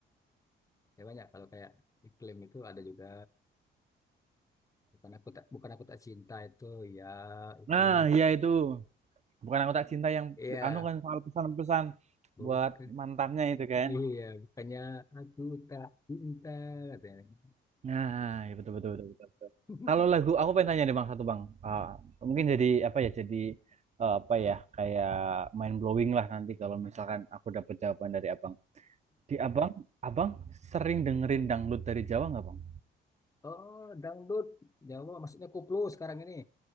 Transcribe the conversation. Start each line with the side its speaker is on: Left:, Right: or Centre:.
Left: Ya, banyak kalau kayak iklim itu ada juga Bukan aku tak, bukan aku tak cinta itu ya iklim.
Right: nah ya itu bukan aku tak cinta yang
Left: Iya,
Right: anu kan soal pesan-pesan
Left: bukan.
Right: buat mantannya itu kan
Left: Iya, bukannya aku tak cinta katanya.
Right: nah ya betul betul betul, betul, betul.
Left: <laughs>
Right: kalau lagu aku pengen tanya nih bang satu bang Ah, mungkin jadi apa ya jadi eh, apa ya kayak mind blowing lah nanti kalau misalkan aku dapat jawaban dari abang di abang abang sering dengerin dangdut dari Jawa nggak bang
Left: Oh, dangdut Jawa maksudnya koplo sekarang ini.